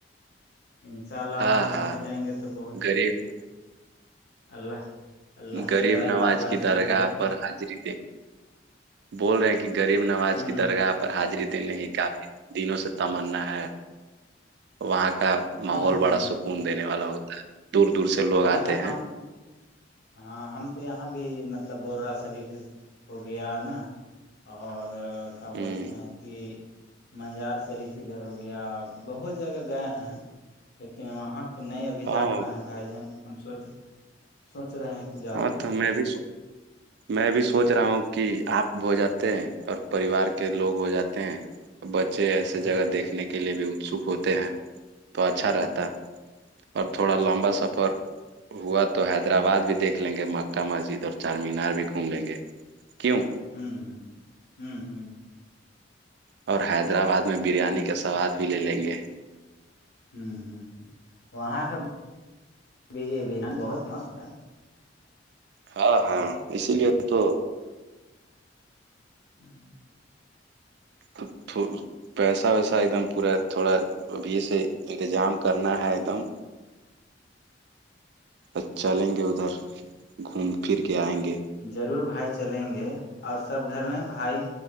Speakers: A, on the left; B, on the right.
A: انشاء اللہ
B: ہاں
A: وہاں
B: ہاں
A: پہنچ جائیں گے تو بہت اچھا
B: غریب
A: ہے اللہ اللہ
B: غریب
A: کے
B: نواز
A: لاکھ لاکھ
B: کی
A: شکریہ
B: درگاہ پر حاضری دے بول رہے ہیں کہ غریب نماز
A: ہوں
B: کی درگاہ پر حاضری دینے ہی کافی دنوں سے تمنا ہے وہاں کا
A: ہوں
B: ماحول
A: ہوں
B: بڑا
A: ہ
B: سکون دینے والا ہوتا ہے دور دور سے لوگ
A: نہیں
B: آتے
A: نہیں ہم
B: ہیں
A: ہاں ہم تو یہاں بھی مطلب بورہ شریف ہو گیا نا اور کیا
B: ہ
A: بولتے ہیں کہ منجار شریف ادھر ہو گیا بہت جگہ گئے ہیں لیکن وہاں کہ نہیں ابھی
B: ہاں
A: جا پاے بھائی جان ہم سوچ سوچ رہے ہیں کہ جاتے
B: ہاں تو میں بھی میں بھی سوچ رہا ہوں کہ آپ ہو جاتے ہیں اور پریوار کے لوگ ہو جاتے ہیں بچے ایے
A: ہاں
B: جگہ دیکھنے کے لیے بھی اتسک ہوتے ہیں تو اچھا رہتا اور تھوڑا
A: ہوں
B: لمبا سفر ہوا تو حیدرآباد بھی دیکھ لیں گے مکہ مسجد اور چار مینار بھی گھوم لیں گے کیوں
A: ہوں ہ ہوں ہ
B: اور حیدرآباد میں بریانی کا سواد بھی لے لیں گے
A: ہوں ہ وہاں کاان بہت متا ہے
B: ہاں ہاں اسی لیے تو
A: ہوں
B: تب توو پیسہ ویسا ایک دم پورا تھوڑا ابھی سے انتظام کرنا ہے ایک دم ب چلیں گے ادھر گھوم پھر کے آئیں گے
A: ضرور بھائی چلیں گے اور سب گھر میں بھائی